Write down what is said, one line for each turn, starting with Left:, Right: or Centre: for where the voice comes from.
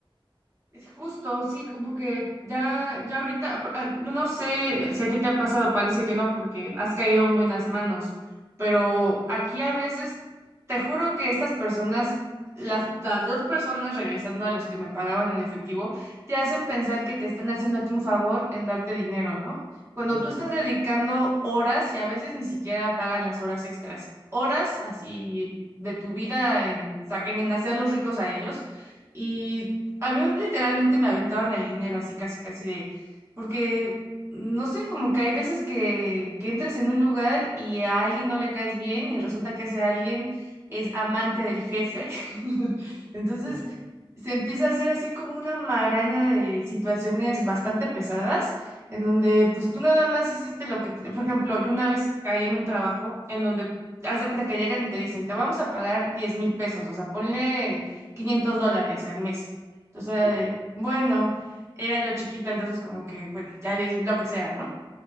Right: Es justo, sí, como que ya, ya ahorita, ah, no sé si a ti te ha pasado, parece que no, porque has caído en buenas manos, pero aquí a veces, te juro que estas personas, las, las dos personas regresando a los que me pagaban en efectivo, te hacen pensar que te están haciendo a ti un favor en darte dinero, ¿no? Cuando
Centre: ¿entiendes?
Right: tú estás dedicando horas y a veces ni siquiera pagan las horas extras, horas así de tu vida en, sa- en hacerlos ricos a ellos. Y a mí literalmente me aventaban el dinero, así casi, casi de, porque, no sé, como que hay veces que, que entras en un lugar y a alguien no le caes bien y resulta que ese alguien es amante del jefe. <laughs> Entonces,
Centre: <laughs>
Right: se empieza a hacer así como una maraña de situaciones bastante pesadas, en donde pues tú nada más hiciste lo que, te- por ejemplo, yo una vez caí en un trabajo en donde... Haz de cuenta que llegan y te dicen, te vamos a pagar diez mil pesos, o sea, ponle 500 dólares al mes. Entonces era
Centre: Sí,
Right: de, bueno, era yo chiquita, entonces como que, bueno, ya es lo que sea, ¿no?